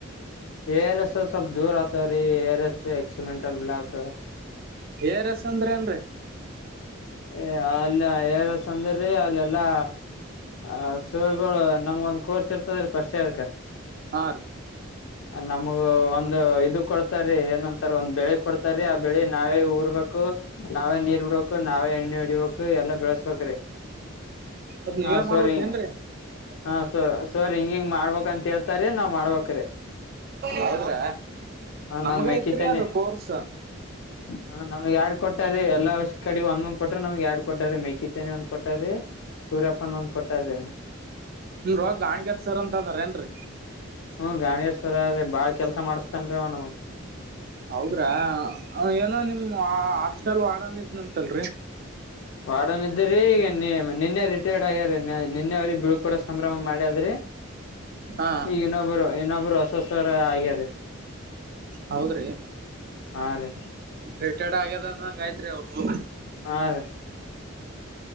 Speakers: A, on the left; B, on the right.
A: ಏರ್ಸ್ ಸ್ವಲ್ ದೂರ ಆತವ್ರಿ ಏರ್ ಎಸ್ ಎಕ್ಸಿಮೆಂಟಲ್ ಬ್ಲಾಕ್
B: ತೇರೆಸೇಂದ್ರ ಏನ್ ರಿ
A: ಏ ಅಲ್ಲ ಎಸಂದ್ರೀ ಅಲ್ಲೆಲ್ಲಾ ಆ ಸೋಳ್ಗ ನಮ್ಗ ಒಂದ್ ಕೋರ್ಸ್ ಇರ್ತದ್ರ ಫರ್ಸ್ಟ್ ಇಯರ್ ಕ
B: ಆ
A: ನಮಗ ಒಂದು ಇದು ಕೊಡ್ತಾರಿೀ ಏನಂತಾರ ಒಂದ್ ಬೆಳಿ ಕೊಡ್ತಾರಿ ಆ ಬೆಳಿ ನಾವೇ ಊರ್ಬೇಕು ನಾವೇ ನೀರ್ ಬಿಡ್ಬೇಕು ನಾವೇ ಎಣ್ಣೆ ಹೊಡಿಬೇಕು ಎಲ್ಲಾ ಬೆಳಸ್ಬೇಕ್ರೀ
B: ಅದ್ ನೀವೇ
A: ಹ
B: ಮಾಡ್ಬೇಕೇನ್ರಿ
A: ಸರಿ ಹ ಸ ಸರಿ ಹಿಂಗಿಂಗ ಮಾಡ್ಬೇಕ್ ಅಂತ ಹೇಳ್ತಾರೀ ನಾವ್ ಮಾಡ್ಬೇಕ್ರೀ
B: ಹೌದ್ರ ನಮ್ಗ
A: ನಮ್ ಮೆಕ್ಕಿತೆನಿ
B: ಐತ್ರಿ ಅದು ಕೋರ್ಸ್
A: ಹ ನಮ್ಗ್ ಎಲ್ಡ್ ಕೊಟಾರಿೀ ಎಲ್ಲ ಕಡೆ ಒಂದಂದ್ ಕೊಟ್ರ ನಮಗ್ಗೆರಡ್ ಕೊಟ್ಟಾರಿ ಮೆೇಕ ತನೆಿ ಒಂದ್ ಕೊಟ್ಟಾರಿ ಸೂರ್ಯಪ್ಪನ ಒಂದ್ ಕೊಟ್ಟಾರೆ
B: ನಿಮ ರೋಗ ಗ ಅಾಣಿಗಾರ್ ಸರ್ ಅಂತ ಅದಾರ ಏನ್ರರಿ
A: ಹೂ ಗಾಣೇಶ್ವರ್ರೀ ಬಾಳ ಕೆಲ್ಸ ಮಾಡಸ್ತನ್ೀ ಅವನಮಗ್
B: ಹೌದ್ರಾ ಏನೋ ನಿಮ್ ಹಾಸ್ಟೆಲ್ ವಡನ್ ಇದ್ನಂತಲ್ರರಿ
A: ವಡನ್ ಇದ್ದ್ರೀ ಈಗ ನೀ ನಿನ್ನೆ ರಿಟೈರ್ಡ್ ಆಗ್ಯಾರ ನಿನ್ನೆ ಅವ್ರಿಗೆ ಬಿೀಳ್ ಕೂಡ ಸಂಭ್ರಮ ಮಾಡ್ಯದ್ರಿ
B: ಹಾ
A: ಈಗ ಇನ್ನೊಬ್ಬರು ಇನ್ನೊಬ್ರು ಹೊಸಸರ ಆಗ್ಯಾರ
B: ಹೌದ್ರಿ
A: ಹಾ ರೀ
B: ರಿಟರ್ನ್ಡ್ ಆಗ್ಯದಂಗ ಆಯತ್ರಿ ಅವ್ರು
A: ಹಾ ರೀ